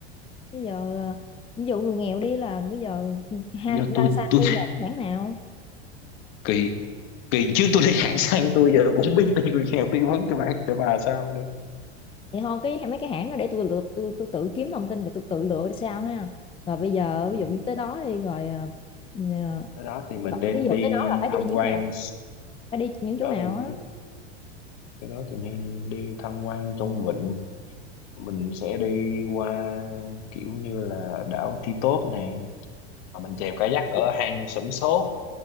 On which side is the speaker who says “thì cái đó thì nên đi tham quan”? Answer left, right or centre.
Left